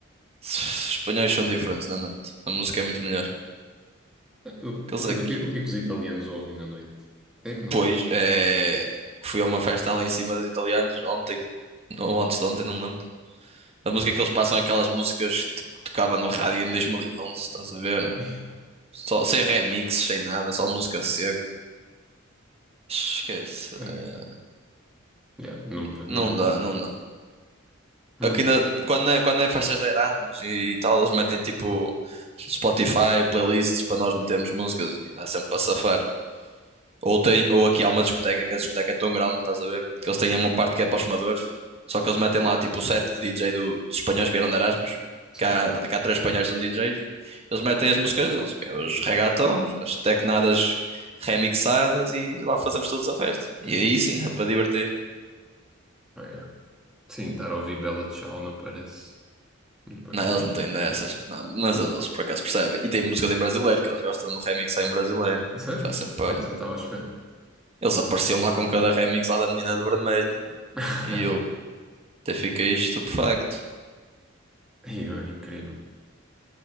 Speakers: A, on the right (about 30°); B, in the centre.
A: Os espanhóis são diferentes na noite. A música é muito melhor.
B: Ah, Eu-
A: Aqueles
B: pois,
A: aqui.
B: o que, o que é que os italianos ouvem na noite? Tecno.
A: Pois, é. Fui a uma festa ali em cima dos italianos ontem. Ou antes de ontem, não me lembro. A música que eles passam é aquelas músicas tipo, que tocava no rádio em 2011, estás a ver, né?
B: Yeah,
A: Só, sem remixes, sem nada, só música seco. Esquece.
B: yeah,
A: é,
B: man. Yeah, não, pa- não
A: Não
B: parece
A: dá,
B: muito
A: não
B: fixe.
A: dá.
B: Não
A: Aqui
B: parece.
A: na- quando, é, quando é festas de Erasmus e, tal, eles metem tipo Spotify, playlists para nós metermos músicas e dá sempre para safar. Ou, tem, ou aqui há uma discoteca, que é a discoteca é tão grande, estás a ver? Que eles têm uma parte que é para os fumadores, só que eles metem lá tipo o set de DJ do, dos espanhóis que vieram de Erasmus.
B: Sim.
A: Cá, cá três espanhóis que são DJs, eles metem as músicas deles, que é os regatons, as tecnadas remixadas e lá fazemos todos a festa. E aí sim dá para divertir.
B: Ah, yeah. Sim, estar a ouvir Bella Ciao não parece muito bacana.
A: Não, eles não têm dessas. Não, mas eles por acaso percebem. E tem músicas em brasileiro, que eles gostam do remix só em brasileiro.
B: Sério?
A: Faz sempre para...
B: Ah, isso não estava à espera.
A: Eles apareciam lá com cada remix lá da menina de vermelho.
B: <laughs>
A: E eu até fiquei estupefacto.
B: Yeah, é incrível.